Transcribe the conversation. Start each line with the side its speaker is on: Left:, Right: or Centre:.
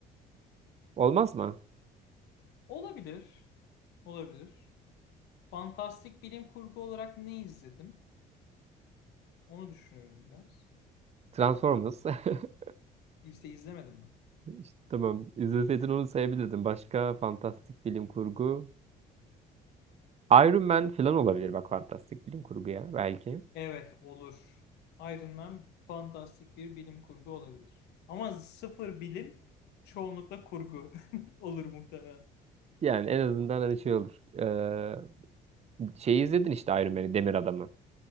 Right: Olmaz mı?
Left: Olabilir. Olabilir. Fantastik bilim kurgu olarak ne izledim? Onu düşünüyorum biraz.
Right: Transformers. <laughs>
Left: İşte izlemedim ben.
Right: İşte tamam. İzleseydin onu sayabilirdin. Başka fantastik bilim kurgu. Iron Man falan olabilir bak fantastik bilim kurguya belki.
Left: Evet olur. Iron Man fantastik bir bilim kurgu olabilir. Ama sıfır bilim çoğunlukla kurgu <laughs> olur muhtemelen.
Right: Yani en azından hani şey olur. Ee, şeyi izledin işte Iron Man'i, Demir Adam'ı.